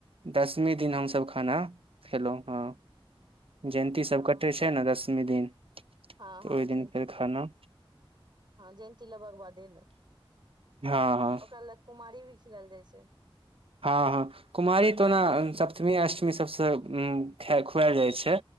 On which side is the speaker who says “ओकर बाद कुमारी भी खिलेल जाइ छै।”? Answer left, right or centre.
Right